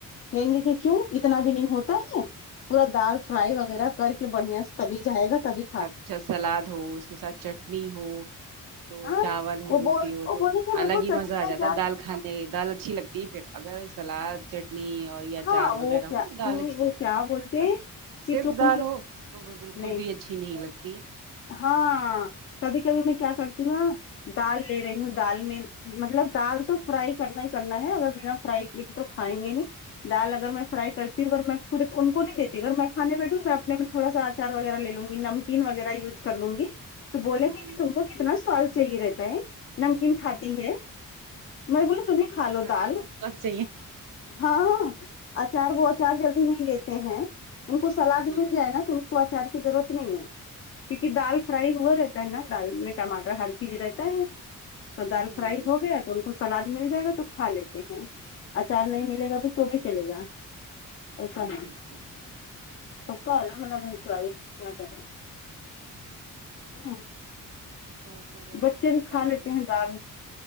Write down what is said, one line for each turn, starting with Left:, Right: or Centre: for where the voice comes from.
Left: کہیں گے کہ کیوں اتنا بھی نہیں ہوتا ہے پورا دال فرائی وغیرہ کر کے بڑھیا سے تبھی جائے گا تبھی کھاتا
Right: اچھا سلاد ہو اس کے ساتھ چٹنی ہو تو
Left: ہاں
Right: چاول ہو
Left: وہ
Right: روٹی
Left: بول
Right: ہو
Left: وہ
Right: تو
Left: بولے کہ
Right: الگ
Left: بالکل
Right: ہی
Left: چٹنی
Right: مزہ آ
Left: اچار
Right: جاتا ہے دال کھانے دال اچھی لگتی ہے پھر اگر سلاد چٹنی اور یا اچار
Left: ہاں وہ
Right: وغیرہ
Left: کیا
Right: ہو تو دال اچھی
Left: وہ
Right: لگتی
Left: کیا
Right: ہے
Left: بولتے
Right: بس
Left: ہیں کہ
Right: صرف
Left: تم
Right: دال ہو تو وہ بالکل
Left: نہیں
Right: بھی اچھی نہیں لگتی ہے
Left: ہاں کبھی کبھی میں کیا کرتی ہوں نہ دال لے رہی ہوں دال میں مطلب دال تو فرائی کرنا ہی کرنا ہے اگر بنا فرائی کیے تھے تو کھائیں گے نہیں دال ا اگر میں فرائی کرتی ہوں گھر میں ا ان کو نہیں دیتی اگر میں کھانے بیٹھوں میں اپنے میں تھوا اچار وغیرہ لے لوںی نمکین وغیرہ یوز کر لوں گی تو بولیں
Right: ہوں
Left: گے کہ
Right: ہوں
Left: تم کو کتنا سواد چاہیے رہتا ہے نمکین کھاتی ہے میں بولا تمیں کھا
Right: اچھا
Left: لو دال
Right: کے ساتھ سواد چاہیے
Left: ہاں ہاں اچار وہ اچار جلدی نہیں لیتے ہیں ان کو سلاد
Right: جی
Left: مل
Right: جی
Left: جائے نا تو ان کو آچار کی ضرورت نہیں ہے کیونکہ
Right: اچھا
Left: دال فرائی ہوا رہتا ہے نا دال میں ٹماٹر ہر چیز رہتا ہے تو دال
Right: ہوں
Left: فرائی
Right: ہوں
Left: ہو گیا تو ان کو سلاد مل جائے گا تو کھا لیتے ہیں اچار نہیں ملے گا بھی تو بھی چلے گا ایسا
Right: ہوں
Left: ہے
Right: جی جی اچھی
Left: سب کا
Right: بات
Left: الگ الگ ہے چوائس کیا کر رہے تھے ہاں
Right: تو پھر
Left: بچے
Right: بتائیے
Left: بھی کھا لیتے ہیں دال